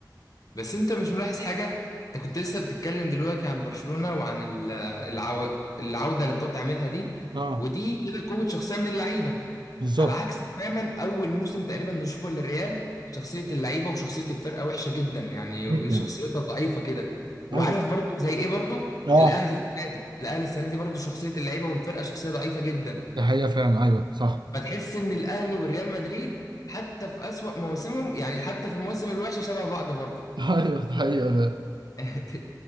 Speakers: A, on the left (about 50°); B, on the right (about 80°).
A: بس انت مش ملاحظ حاجة انت كنت لسه بتتكلم دلوقتي عن برشلونة وعن ال- العو... العودة اللي بتقعد تعملها دي
B: اه
A: ودي كده قوة شخصية من اللعيبة
B: بالظبط
A: على عكس تماما أول موسم تقريبا نشوفه للريال شخصية اللعيبة وشخصية الفرقة وحشة جدا يعني
B: جدا
A: شخصيتها ضعيفة كده وعارف
B: أيوة.
A: برضو زي ايه برضو
B: اه
A: الأهلي السنة دي الأهلي السنة دي برضو شخصية اللعيبة والفرقة شخصية ضعيفة جدا
B: ده حقيقة فعلا ايوه صح
A: فتحس ان الاهلي والريال مدريد حتى في اسوأ مواسمهم يعني حتى في المواسم الوحشه شبه بعض برضه
B: <laughs> ايوه ده حقيقة فعلا
A: <laughs>